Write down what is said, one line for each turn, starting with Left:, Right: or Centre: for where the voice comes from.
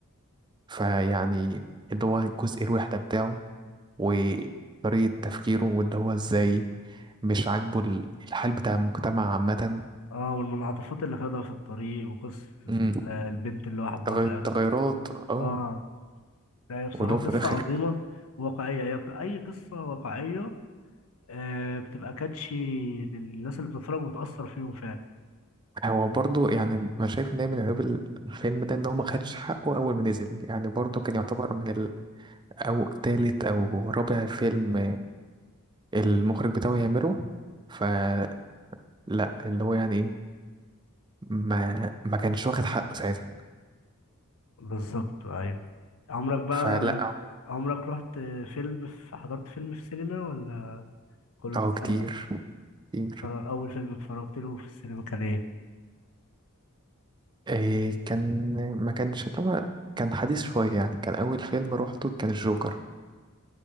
Right: فيعني اللي هو الجزء الوحدة بتاعه وطريقة تفكيره واللي هو ازاي مش عاجبه ال- الحال بتاع المجتمع عامة
Left: اه والمنعطفات اللي خدها في الطريق وقصه ال-
Right: امم
Left: البنت اللي هو حبها في
Right: والتغيرات
Left: الاخر
Right: اه
Left: اه لا هي بصراحة
Right: ولو
Left: قصة
Right: في الاخر
Left: عظيمة واقعية هي ق- أي قصة واقعية آه، بتبقى كاتشي للناس اللي بتتفرج وبتأثر فيهم فعلا
Right: هو برضو يعني ما شايف ان هي من عيوب الفيلم ده ان هو ما خدش حقه اول ما نزل يعني برضو كان يعتبر من ال- او تالت او رابع فيلم المخرج بتاعه يعمله فلا اللي هو يعني ما ما كانش واخد حقه ساعتها
Left: بالظبط أيوه عمرك بقى
Right: فلا
Left: عمرك رحت فيلم في حضرت فيلم في سينما ولا كله
Right: اه
Left: بتتفرج
Right: كتير
Left: عليه
Right: كتير
Left: بتتفرج أول فيلم اتفرجت له في السينما كان إيه؟
Right: إيه كان ما كانش اللي هو كان حديث شوية يعني كان أول فيلم روحته كان الجوكر